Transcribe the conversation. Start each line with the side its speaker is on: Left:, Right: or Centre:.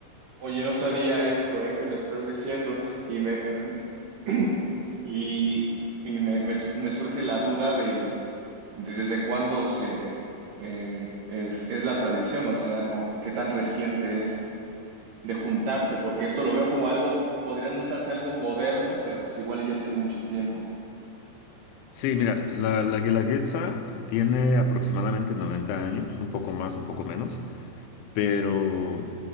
Right: Oye, no sabía esto, ¿eh? Que me estás diciendo y me em, <clears throat> y, y me, me su- me surge la duda de, de desde cuándo se eh, es, es la tradición, o sea, no, qué tan reciente es de juntarse, porque esto lo veo como algo, podría notarse algo moderno, pero pues igual y ya tiene mucho tiempo.
Left: Sí, mira, la, la Guelaguetza tiene aproximadamente 90 años, un poco más, un poco menos, pero